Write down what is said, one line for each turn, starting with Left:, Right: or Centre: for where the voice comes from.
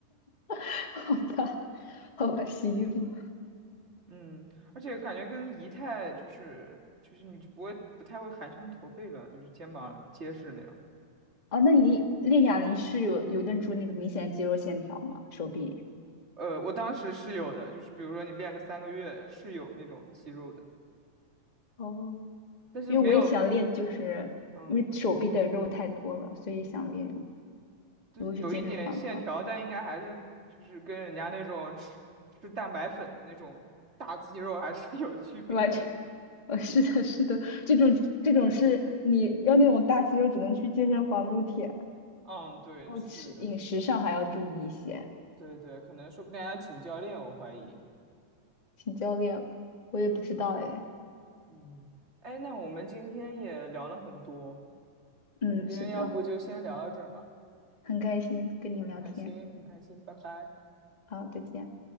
Left: <laughs> 好吧，好吧，洗衣服。
Right: 嗯，而且感觉跟仪态就是就是你就不会不太会含胸驼背了，就是肩膀结实那样。
Left: 哦，那你练哑铃是有有练出那个明显的肌肉线条吗？手臂？
Right: 呃，我当时是有的，就是比如说你练个三个月是有那种肌肉的，
Left: 哦，
Right: 但是没有，
Left: 因为我也想练，就是因为手臂的肉太多了，
Right: 嗯，
Left: 所以想练。
Right: 就是有一点线条，
Left: 如果去健身房的话，
Right: 但应该还是就是跟人家那种吃吃蛋白粉的那种大肌肉还是 <laughs> 有区别。
Left: 完全，<laughs> 呃，是的，是的，这种这种是你要那种大肌肉，只能去健身房撸铁，然
Right: 嗯，对，
Left: 后吃饮食上还要注意一些，
Right: 是的，对对，可能说不定还要请教练，我怀疑。
Left: 请教练了我也不知道哎，
Right: 嗯，哎，那我们今天也聊了很多，
Left: 嗯，
Right: 我们今天要不就先聊到这儿吧，
Left: 是的，很开心跟你聊天，
Right: 很开心，很开心，拜拜。
Left: 好，再见。